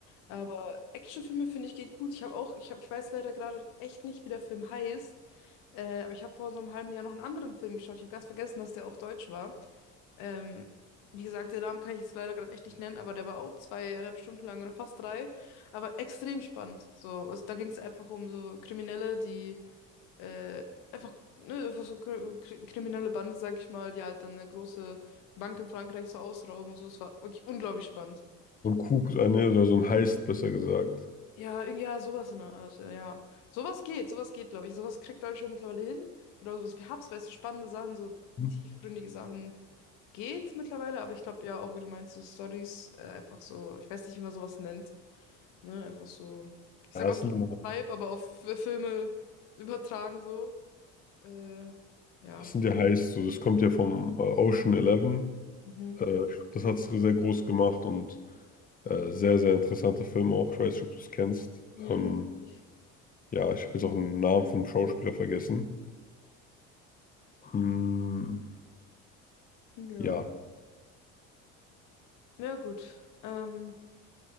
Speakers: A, on the left (about 80°); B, on the left (about 25°).
A: Aber Actionfilme finde ich geht gut. Ich habe auch, ich habe, ich weiß leider gerade echt nicht, wie der Film heißt. Äh, aber ich habe vor so einem halben Jahr noch einen anderen Film geschaut. Ich habe ganz vergessen, dass der auch deutsch war. Ähm, wie gesagt, den Namen kann ich jetzt leider gerade echt nicht nennen, aber der war auch zweieinhalb Stunden lang oder fast drei. Aber extrem spannend. So, also, da ging es einfach um so Kriminelle, die äh, einfach, ne, einfach so kri kri- kriminelle Bande, sag ich mal, die halt dann eine große Bank in Frankreich so ausrauben und so. Es war wirklich unglaublich spannend.
B: so ein Coup oder so ein Heist, besser gesagt.
A: Ja, irgend- ja, sowas in der Art, ja. ja. Sowas geht, sowas geht, glaube ich. Sowas kriegt Deutschland mittlerweile hin. Genau sowas wie Hubs, weißt du, spannende Sachen, so
B: Mhm.
A: tiefgründige Sachen geht mittlerweile, aber ich glaube ja auch, wie du meinst, so Stories, äh, einfach so, ich weiß nicht, wie man sowas nennt, ne, einfach so, ich
B: Ja,
A: sag mal,
B: es sind, immer-
A: live, aber auf F- Filme übertragen so. Äh, ja.
B: es sind ja Heists, so, das kommt ja vom äh, Ocean Eleven.
A: Mhm.
B: Äh, ich glaub, das hat es sehr groß gemacht und Äh, sehr, sehr interessanter Film auch. Ich weiß nicht, ob du es kennst.
A: Nee,
B: Ähm,
A: das nicht.
B: ja, ich habe jetzt auch den Namen vom Schauspieler vergessen. Hm,
A: Ja.
B: ja,
A: Na gut. Ähm,